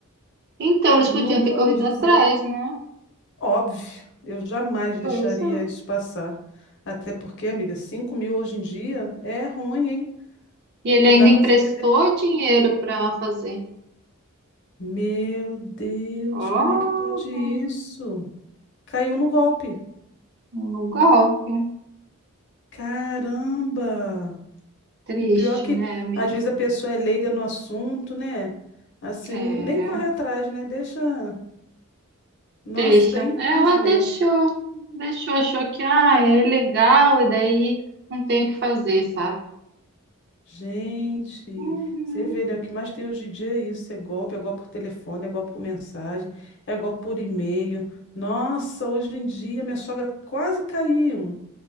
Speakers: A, on the right; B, on the left.
A: Então, eles
B: Nunca
A: podiam ter corrido
B: ouvi dizer.
A: atrás, né?
B: Óbvio, eu jamais deixaria
A: Pois é.
B: isso passar. Até porque, amiga, cinco mil hoje em dia é ruim, hein?
A: E ele
B: Não
A: ainda
B: dá para
A: emprestou
B: se perder.
A: dinheiro
B: não.
A: para fazer.
B: Meu Deus,
A: Oh,
B: como é que pode isso? Caiu no golpe.
A: no golpe.
B: Caramba!
A: Triste,
B: E pior que,
A: né, amiga?
B: às vezes, a pessoa é leiga no assunto, né? Assim,
A: É,
B: nem corre atrás, né? Deixa. Nossa,
A: deixa.
B: infelizmente.
A: Ela deixou, deixou, achou que ah, é legal e daí não tem o que fazer, sabe?
B: Gente,
A: Uhum,
B: você vê, né? O que mais tem hoje em dia é isso. É golpe, é golpe por telefone, é golpe por mensagem, é golpe por e-mail. Nossa, hoje em dia minha sogra quase caiu. em um.